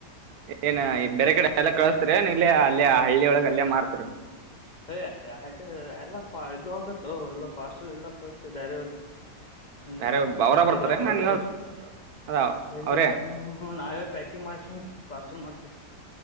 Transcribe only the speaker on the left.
ಹೇ ಎಡು ಎಲ್ಲಪ್ಪ ಇದು ಆಗುತೋ ಎಲ್ಲ ಪಾರ್ಸಲ್ ಎಲ್ಲ ಕಸ್ತೆ ಬೇರೆಯವ್ರಿಗೆ. ಹಂಗ
ಹೈದ್ರಾಬಾದು.
ಹೇ ಇಲ್ಲ
ಹ ನಾಳೆ ಪ್ಯಾಕಿಂಗ್ ಮಾಡ್ಸಿ ಪಾರ್ಸಲ್ ಮಾಡ್ತೇವಿ.